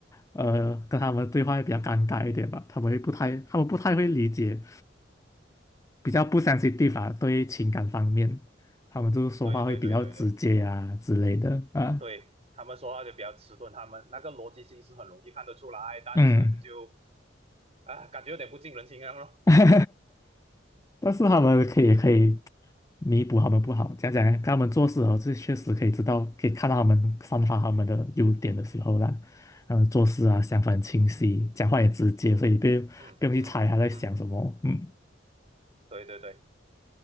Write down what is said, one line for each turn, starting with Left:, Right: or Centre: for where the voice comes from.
Left: 呃，跟他们对话会比较尴尬一点吧，他们会不太，他们不太会理解。比较不相信 n 方 i t 对情感方面，他们就是说话会比较直接啊之类的啊，
Right: 对对对对对对，他们说话就比较迟钝，他们那个逻辑性是很容易看得出来，但是就
Left: 嗯，
Right: 啊感觉有点不近人情一样咯。哦
Left: <laughs> 但是他们可以也可以弥补他们不好，讲讲看他们做事哦，这确实可以知道，可以看到他们散发他们的优点的时候啦，嗯，做事啊想法很清晰，讲话也直接，所以不用不用去猜他在想什么，
Right: 嗯嗯嗯，
Left: 嗯
Right: 对对对，